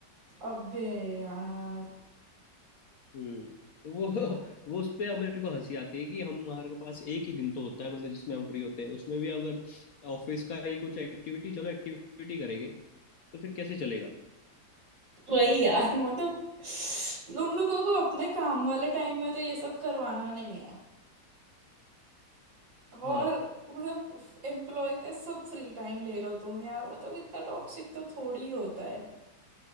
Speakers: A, on the right; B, on the left.
A: अबे यार
B: हम्म तो वो
A: बहुत-
B: <laughs> वो उस पे अब मेरे को हंसी आती है कि हम हमारे पास एक ही दिन तो होता है मतलब जिसमें हम फ्री होते हैं उसमें भी अगर ऑफिस का ही कुछ एक्टिविटी चलो एक्टिविटी करेंगे तो फिर कैसे चलेगा
A: वही यार मतलब उन लोगों को अपने काम वाले टाइम में तो ये सब करवाना नहीं है और
B: हाँ
A: मतलब एम्प्लॉय का सब फ्री टाइम ले लो तुम यार मतलब इतना टॉक्सिक तो थोड़ी ही होता है